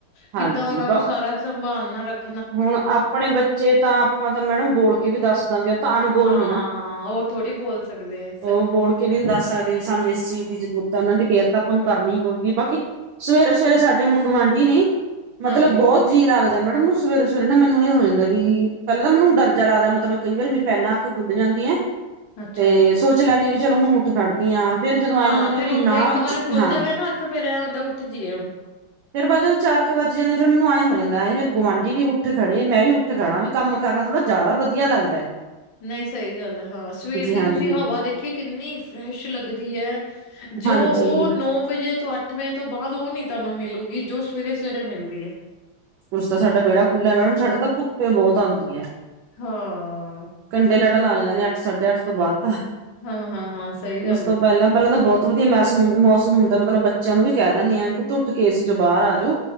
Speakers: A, on the right; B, on the left.
A: ਹਾਂਜੀ
B: ਕਿੱਦਾਂ ਉਹਨਾ ਨੂੰ
A: ਬ
B: ਸਾਰਾ ਸੰਭਾਲਣਾ ਰੱਖ।
A: ਹੁਣ ਆਪਣੇ ਬੱਚੇ ਤਾਂ ਆਪਾਂ ਤਾਂ ਮੈਡਮ ਬੋਲ ਕੇ ਵੀ ਦੱਸ ਦਿੰਦੇ ਆ। ਤਾਂ ਅਣਬੋਲ
B: ਹਾਂ
A: ਨੇ ਨਾ।
B: ਉਹ ਥੋੜ੍ਹੀ ਬੋਲ ਸਕਦੇ ਹੈ।
A: ਉਹ ਬੋਲ ਕੇ ਵੀ ਨੀ ਦੱਸ ਸਕਦੇ ਵੀ। ਸਾਨੂੰ ਇਸ ਚੀਜ਼ ਦੀ ਜ਼ਰੂਰਤ ਹੈ। ਉਹਨਾਂ ਦੀ ਕੇਅਰ ਤਾਂ ਆਪਾਂ ਨੂੰ ਕਰਨੀ ਪਊਗੀ ਬਾਕੀ‌। ਸਵੇਰੇ- ਸਵੇਰੇ ਸਾਡੇ ਹੁਣ ਗੁਵਾਂਢੀ ਨੇ ਮਤਲਬ
B: ਹਾਂਜੀ,
A: ਬਹੁਤ ਜੀਅ ਲੱਗਦਾ ਮੈਡਮ। ਸਵੇਰੇ ਸਵੇਰੇ ਨਾ ਮੈਨੂੰ ਇਹ ਹੋ ਜਾਂਦਾ ਵੀ। ਪਹਿਲਾਂ ਤਾਂ ਮੈਨੂੰ ਡਰ ਜਾ ਲੱਗਦਾ ਮਤਲਬ ਕਈ ਵਾਰ ਮੇਰੀ ਪਹਿਲਾਂ ਅੱਖ ਖੁੱਲ ਜਾਂਦੀ ਹੈ।
B: ਅੱਛਾ
A: ਤੇ
B: ਜੀ।
A: ਸੋਚ ਲੈਂਨੀ ਵੀ ਚਲੋ ਹੁਣ। ਉਠ ਖੜਦੀਆਂ ਫੇਰ ਜਦੋਂ
B: ਹਾਂ
A: ਐਏਂ ਹੋ ਜਾਂਦਾ
B: ਫੇਰ
A: ਵੀ।
B: ਉੱਠ
A: ਨਾ
B: ਇੱਕ ਵਾਰ ਖੁੱਲ
A: ਹਾਂ
B: ਜਾਵੇ ਨਾ ਅੱਖ ਫੇਰ ਐ ਹੁੰਦਾ ਉੱਠ ਜੀਏ ਹੁਣ
A: ਫੇਰ ਬਾਜੋਂ ਚਾਰ ਕ ਵੱਜ ਜਾਂਦੇ। ਫੇਰ ਮੈਨੂੰ ਐਏਂ ਹੋ ਜਾਂਦਾ ਹੈ। ਮੇਰੇ ਗੁਆਂਡੀ ਵੀ ਉਠ ਖੜੇ। ਮੈਂ ਵੀ ਉਠ। ਖੜਾ ਵੀ ਕੰਮ ਕਰਨਾ ਥੋੜਾ ਜਾਦਾ ਵਦੀਆ ਲੱਗਦੈ।
B: ਨਈ ਸਈ ਗਾਲ ਐ। ਹਾਂ ਸਵੇਰ ਦੀ
A: ਹਾਂਜੀ
B: ਤੂਸੀ ਹਵਾ ਦੇਖੀ ਕਿੰਨੀ ਫਰੈਸ਼ ਲੱਗਦੀ ਐ। ਜੋ
A: ਹਾਂਜੀ
B: ਓ ਨੌ ਵਜੇ ਤੋਂ, ਅੱਠ ਵਜੇ ਤੋਂ ਬਾਦ ਓ ਨੀ ਤੂਆਨੂੰ ਮਿਲੂਗੀ। ਜੋ ਸਵੇਰੇ - ਸਵੇਰੇ ਮਿਲਦੀ ਐ।
A: ਕੁਛ ਤਾ ਸਾਡਾ ਬੇੜਾ ਖੁੱਲੈ। ਮੈਡਮ ਸਾਡੇ ਤਾਂ ਧੁੱਪੇ ਬੋਤ ਆਂਦੀ ਐ।
B: ਹਾਂ।
A: ਕੰਢੇ ਲੜਨ ਲਾ ਜਾਂਦਾ ਨੇ ਅੱਠ -ਸਾਢੇ ਅੱਠ ਤੋਂ ਬਾਅਦ ਤਾਂ,
B: ਹਾਂ-ਹਾਂ-ਹਾਂ ਸਹੀ ਗੱਲ
A: ਉਸ ਤੋਂ
B: ਹੈ।
A: ਪਹਿਲਾਂ- ਪਹਿਲਾਂ ਤਾਂ ਬਹੁਤ ਬਹੁਤ ਵਧੀਆ ਮੌਸ ਮੌਸਮ ਹੁੰਦਾ ਮਤਲਬ ਬੱਚਿਆਂ ਨੂੰ ਵੀ ਕਹਿ ਦਿੰਦੀ ਐ ਪੁੱਤ ਉੱਠ ਅਸੀਂ ਜੋ ਬਾਹਰ ਆ ਜਾਓ।